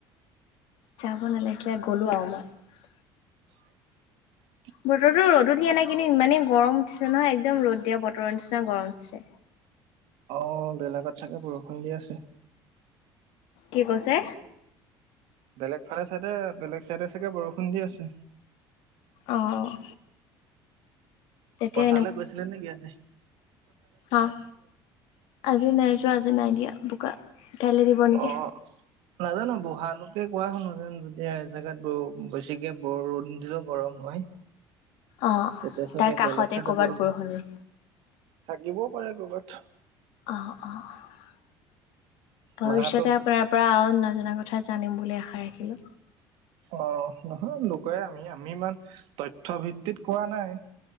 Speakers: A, on the left; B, on the right.
A: যাব নালাগিছিলে গ'লো আৰু মই।
B: <inaudible>
A: বতৰটো ৰ'দদো দিয়া নাই, কিন্তু ইমানেই গৰম উঠিছে নহয়, একদম ৰ'দ দিয়া বতৰ নিচিনা গৰম উঠিছে।
B: অ', বেলেগত চাগে বৰষুণ দি আছে।
A: কি কৈছে?
B: বেলেগ ফালে চাইডে, বেলেগ চাইডে চাগে বৰষুণ দি আছে।
A: অ'। তেতিয়া
B: পথাৰলৈ গৈছিলা নে যোৱা নাই?
A: অ', আজি নাই যোৱা আজি নাই দিয়া। বোকা কাইলৈ দিব নেকি।
B: অ', নাজানো বুঢ়ালোকে কোৱা শুনোঁ যেন যেতিয়া জেগাত ব বেছিকে বৰুণ দিলেও গৰম হয়। <inaudible>
A: অ
B: তেতিয়া চাগে
A: তাৰ কাষতে
B: বেলেগ চাইদে
A: কৰ'বাত
B: বৰষু,
A: বৰষুণ দিলে
B: থাকিবওঁ পাৰে কৰ'বাত।
A: অ', অ'। ভৱিষ্যতে
B: মাহতো
A: আপোনাৰ পৰা নজনা কথা জানিম বুলি আশা ৰাখিলোঁ।
B: অ', নহয় লোকে আমি আমি ইমান তথ্য ভিত্তিত কোৱা নাই।